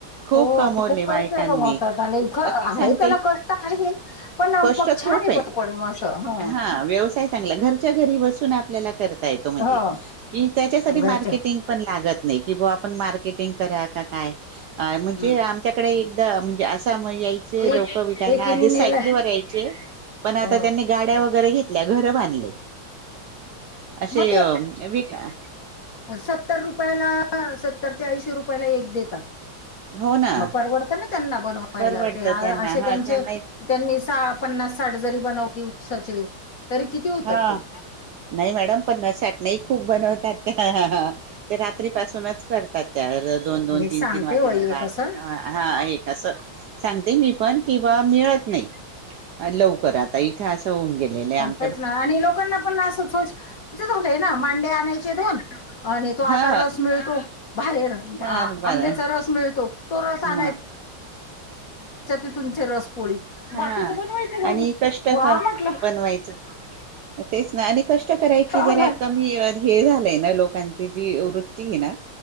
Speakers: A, on the right; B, on the left.
A: खूप
B: हो
A: कमवले
B: खूप
A: बायकांनी
B: पैसे कमावतात आणि ख आहे
A: मी सांगते
B: त्याला कष्ट आहे
A: <inaudible>
B: पण
A: कष्ट
B: मग छान
A: खूप
B: आहे
A: आहे
B: पण पण मग असं हं
A: <inaudible> हा व्यवसाय चांगला घरच घरच्या घरी बसून आपल्याला करता येतो म्हणजे
B: हो
A: की त्यांचासाठी
B: घरच्या
A: मार्केटिंग पण लागत नाही. कि बुआ आपण मार्केटिंग करा की काय म्हणजे
B: हं
A: आमच्याकडे एकदा म्हणजे अस त्यामुळे यायचे
B: एक
A: लवकर विकायला
B: एकीने
A: आधी
B: नेला
A: सायकली वर यायचे पण आता
B: हो
A: त्यांनी गाड्या वगैरे घे तल्या घर बांधले <inaudible> असे
B: मग ते
A: हे बघ इथं हाय.
B: सत्तर रुपयाला अ सत्तर ते ऐंशी रुपयाला एक दे
A: हो. ना
B: मग परवडत ना त्यांना बनवायला
A: परवडतं
B: ते अ
A: त्यांना
B: असे
A: हा
B: त्यांचे
A: त्यांना
B: त्यांनी सा पन्नास साठ जण मी बनवली दिवसाचे तरी किती होतात
A: हा
B: ते
A: नाही मॅडम पन्नास, साठ नाही खूप बनवतात. ते रात्रीपासूनच करतात त्यावेळेला दोन-दोन,
B: मी
A: तीन-तीन
B: सांगते
A: वाजेला
B: वय हे
A: दाट
B: कसं
A: हा एक असं सांगते मी पण कि बा मिळत नाहीत. लवकर आता इथनं त्याच असं होऊन गेले लांब
B: होच ना आणि लोकांना पण अस <unintelligible> रोजच झालंय ना मांडे आणायचे दोन आणि तो
A: हा
B: आता रस मिळतो बाहेर आंब्याचा
A: हा बर
B: रस मिळतो. तो रस आनाय
A: मग
B: चल तिथे तुझी रस पोळी
A: हा
B: बाकीचं बनवायचं भाऊ
A: आणि कष्ट
B: वा म्हटलं.
A: बनवायच तेच ना आणि कष्ट करायची
B: हो
A: जरा
B: ना
A: कमी अ हेच झालंय. नाही लोकांची जी वृत्ती ये ना